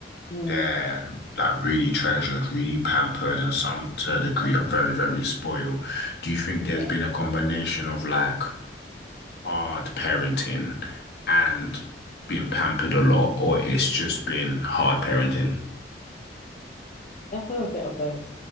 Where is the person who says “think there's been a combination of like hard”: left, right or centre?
Left